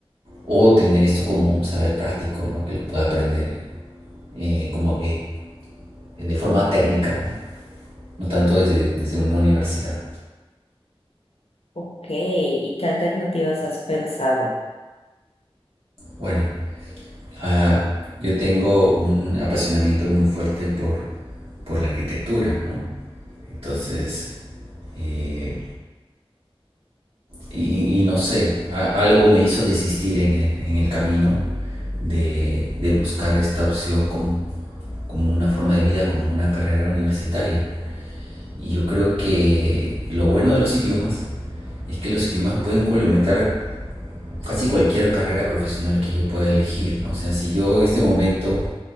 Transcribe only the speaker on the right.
o tener esto como un saber práctico, ¿no? Que lo pueda aprender eh, como que eh, de forma técnica, ¿no? No tanto desde, desde una universidad.
Bueno, ah, yo tengo un apasionamiento muy fuerte por, por la arquitectura, ¿no? Entonces, eh, Y, y no sé, a- algo me hizo desistir en el, en el camino de, de buscar esta opción como, como una forma de vida, como una carrera universitaria. Y yo creo que lo bueno de los idiomas es que los idiomas pueden complementar casi cualquier carrera profesional que yo pueda elegir, ¿no? O sea, si yo en este momento